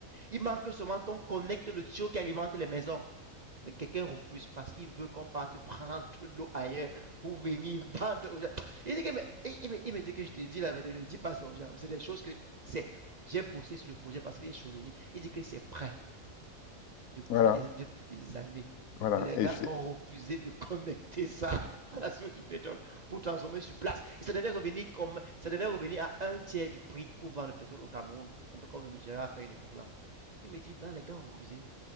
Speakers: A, on the right; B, on the left.
A: Il manque seulement qu'on connecte le tuyau qui alimente les maisons. Quelqu'un refuse parce qu'il veut qu'on parte prendre l'eau ailleurs pour venir <laughs> vendre aux gens. Il dit que, mais, il me, il me dit que je te dis la vérité, ne dis pas ça aux gens. C'est des choses que c'est. J'ai bossé sur le projet parce qu'il est chaudronnier. Il dit que c'est prêt depuis
B: voilà,
A: des, depuis des années.
B: voilà.
A: Mais les
B: Et
A: gars
B: je
A: ont refusé de connecter ça à la source du pétrole pour transformer sur place. Et ça devait revenir comme, ça devait revenir à un tiers du prix pour vendre le pétrole au Cameroun. Un peu comme le Nigeria a fait une époque là. Il me dit, ben, les gars ont refusé